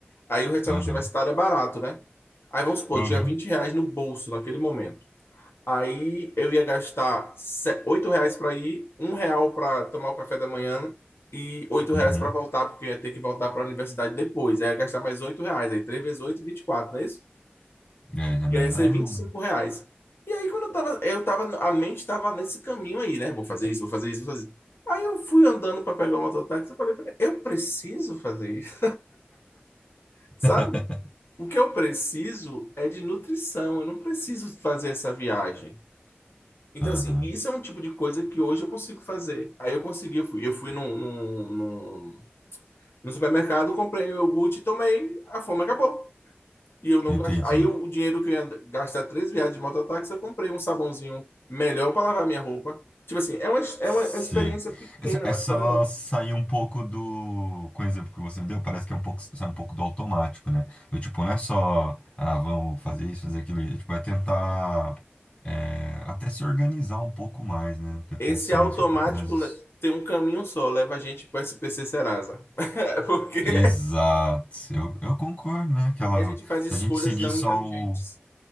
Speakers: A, on the left; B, on the left.
A: Aí o restaurante
B: Aham.
A: universitário é barato, né? Aí vamos supor,
B: Aham.
A: eu tinha 20 reais no bolso naquele momento. Aí eu ia gastar se- 8 reais para ir, um real para tomar o café da manhã e oito reais
B: Uhum.
A: para voltar, porque eu ia ter que voltar para a universidade depois. Aí eu ia gastar mais 8 reais, aí 3 vezes 8, 24, não é isso?
B: É, já
A: ia
B: não ia
A: ser
B: dar,
A: vinte
B: não,
A: e
B: né?
A: cinco reais. E aí, quando eu tava, eu tava, a mente tava nesse caminho aí, né? Vou fazer isso, vou fazer isso, vou fazer isso. Aí eu fui andando para pegar o mototáxi e falei pra ele, eu preciso fazer isso, <laughs> sabe?
B: <laughs>
A: O que eu preciso é de nutrição, eu não preciso fazer essa viagem. Então,
B: Aham.
A: assim, isso é um tipo de coisa que hoje eu consigo fazer. Aí eu consegui, eu fui, eu fui num, num, num- no supermercado, comprei o iogurte e tomei, a fome acabou. E eu não
B: Entendi.
A: gastei. Aí eu- o dinheiro que eu ia gastar três viagens de mototáxi, eu comprei um sabãozinho melhor para lavar minha roupa. Tipo assim, é uma, é
B: Sei.
A: uma experiência pequena,
B: Essa, essa
A: mas poderosa.
B: sair um pouco do. Com o exemplo que você me deu, parece que é um pouco, sai um pouco do automático, né? Do tipo, não é só, ah, vamos fazer isso, fazer aquilo. é, Tipo, é tentar. é, até se organizar um pouco mais, né? Ter
A: Esse
B: consciência
A: automático
B: um pouco das
A: le- tem um caminho só, leva a gente para o SPC Serasa. <laughs> Porque,
B: Exato. Eu, eu concordo, né? Que
A: porque
B: ela,
A: a gente faz escolhas
B: se a gente seguir
A: não
B: só
A: inteligentes.
B: o,